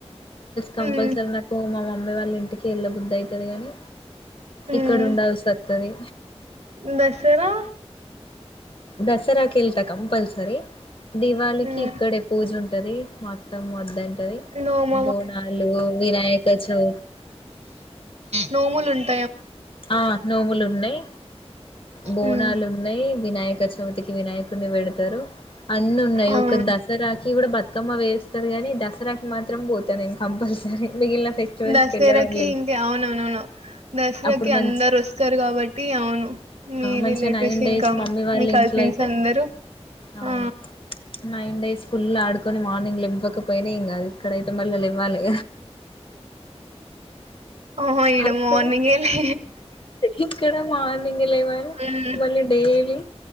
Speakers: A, on the left (about 50°); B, on the right (about 75°).
A: కంపల్రీ
B: హ్మ్.
A: నా అమ్మే వాళ్ళ ఇంటికి ఎళ్ళ బుద్ధ అయితది గాని
B: హ్మ్.
A: ఇక్కడ ఉండాల్సి వస్తుది
B: దసరా
A: దసరాకిల్తా కంపల్సరి దివాళికి
B: హ్మ్.
A: ఇక్కడే పూజ ఉంటది మొత్తం మొద అంటది
B: నోమ
A: బోనాలు వినాయక చ
B: నోముూలు ఉంట
A: ఆ నోవులు ఉన్నాయి బోనాలు
B: ఉమ్,
A: ఉన్నాయి వినాయక చవితికి వినాయకుని పెడతారు అన్ని ఉన్నాయి
B: అవును
A: ఒక దసరాకి కూడా బ అక్కమ్మ వేస్తారు గాని దసరాకి మాత్రం పోతానండి కంపల్సర ఎక ఫెస్టివల్స్
B: దసరాకి
A: క వెళ్లడం లే
B: ఇంకా అవునవునవును దసరాకి
A: ఇడు మంచి
B: అందరు వస్తారు కాబట్టి అవును మీ
A: మంచి
B: రిలేటివ్స్
A: నైన్ డేస్
B: ఇంకా
A: మమ్మీ వాళ్ళ
B: మీ కజిన్స్
A: ఇంట్లో అయితే
B: అందరూ
A: అవును
B: ఆ
A: న ఇడి స్కుల్ ఆడుకొని మార్నింగ్ లో ఇవ్వకపోయినా ఇంకా ఇక్కడయితే మళ్ల్ళలు ఇవ్వాలి
B: ఆ ఇడ
A: అక్కడ
B: మార్నింగ్ అలి
A: ఇక్కడ మార్నింగ్ లేమని
B: ఉమ్,
A: మళ్ళీ డే డలీ